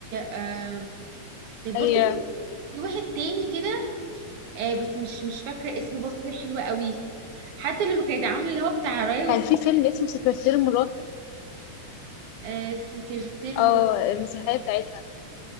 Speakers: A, on the right; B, on the left.
A: آه كان برضه
B: أيوة
A: في في واحد تاني كده آه بس مش مش فاكرة اسمه برضه كان حلو قوي حتى لما كانت عاملة اللي هو بتاع راي وسكين
B: كان في فيلم اسمه سكرتير مراته
A: آه سكرتير
B: أو
A: مرا
B: المسرحية بتاعتها